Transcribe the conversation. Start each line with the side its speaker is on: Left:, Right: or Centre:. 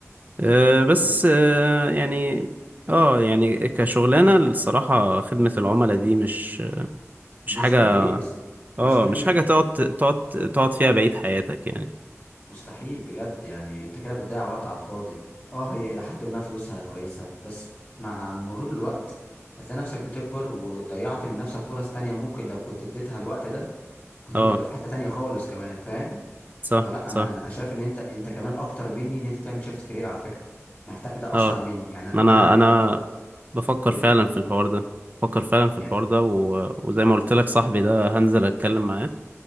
Right: أه، بس
Left: والله ده
Right: أه، يعني اه يعني كشغلانة الصراحة خدمة العملاء دي مش
Left: مش
Right: مش حاجة
Left: كارير يا اسطى مش
Right: اه
Left: كارير
Right: مش حاجة تقعد تقعد تقعد فيها بقية حياتك يعني
Left: مستحيل بجد يعني انت كده بتضيع وقت على الفاضي اه هي الى حد ما فلوسها كويسة بس مع مرور الوقت هتلاقي نفسك بتكبر وضيعت من نفسك فرص تانية ممكن لو كنت اديتها الوقت ده كنت
Right: اه
Left: ممكن تبقى في حتة تانية خالص كمان فاهم
Right: صح
Left: فلا
Right: صح
Left: انا انا أنا شايف ان انت انت كمان اكتر مني ان انت تعمل شيفت كارير على فكرة محتاج ده
Right: اه
Left: اسرع مني يعني
Right: ما انا
Left: انا
Right: انا
Left: انا ك...
Right: بفكر
Left: قول
Right: فعلا
Left: لي
Right: في الحوار ده بفكر فعلا في
Left: يعني
Right: الحوار ده و... وزي ما قلت لك صاحبي ده هنزل اتكلم معاه